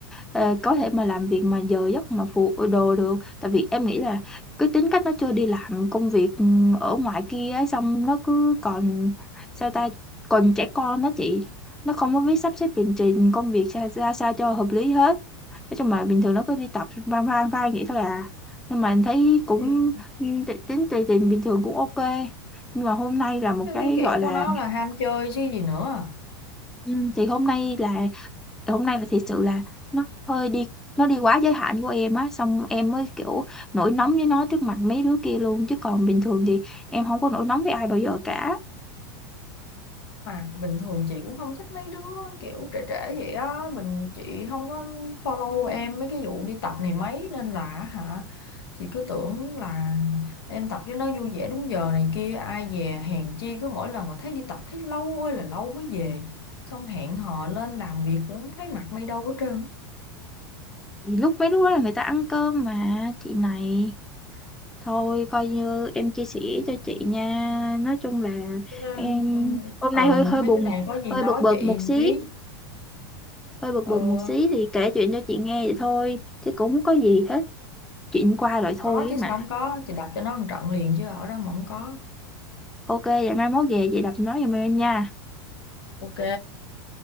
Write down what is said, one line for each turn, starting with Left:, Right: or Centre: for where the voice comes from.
Centre: ờ, có thể mà làm việc mà giờ giấc mà phụ đồ được tại vì em nghĩ là cái tính cách nó chưa đi làm công việc ừ, ở ngoài kia á, xong nó cứ còn sao ta còn trẻ con đó chị nó không có biết sắp xếp lịch trình công việc ra, ra sao cho hợp lý hết nói chung là bình thường nó cứ đi tập van van van vậy thôi à nhưng mà thấy cũng
Left: thì
Centre: ừ, ti- tính tiền bình thường cũng ok nhưng mà hôm nay là một
Left: Cái,
Centre: cái
Left: cái kiểu
Centre: gọi là
Left: của nó là ham chơi chứ gì nữa.
Centre: ừ, thì hôm nay là hôm nay là thật sự là nó hơi đi nó đi quá giới hạn của em á xong em mới kiểu nổi nóng với nó trước mặt mấy đứa kia luôn chứ còn bình thường thì em không có nổi nóng với ai bao giờ cả
Left: À, bình thường chị cũng không thích mấy đứa kiểu trẻ trẻ vậy á mình chị không có follow em mấy cái vụ đi tập này mấy nên là hả chị cứ tưởng là em tập cho nó vui vẻ đúng giờ này kia ai dè hèn chi cứ mỗi lần mà thấy đi tập thấy lâu ơi là lâu mới về xong hẹn hò lên làm việc cũng thấy mặt mày đâu hết trơn
Centre: thì lúc mấy đứa đó là người ta ăn cơm mà chị này thôi coi như em chia sẻ cho chị nha nói chung là
Left: Ừ.
Centre: em
Left: ừ
Centre: hôm
Left: ừ,
Centre: nay hơi hơi
Left: mấy
Centre: buồn
Left: cái này có gì
Centre: hơi
Left: nói
Centre: bực bực
Left: chị
Centre: một
Left: một
Centre: xí
Left: tí
Centre: hơi bực
Left: ừ
Centre: bực một xí thì kể chuyện cho chị nghe vậy thôi chứ cũng không có gì hết chuyện qua rồi thôi
Left: có
Centre: ấy
Left: chứ
Centre: mà
Left: sao không có chị đập cho nó một trận liền chứ ở đó mà không có
Centre: ok vậy mai mốt về chị đập nói giùm em nha
Left: ok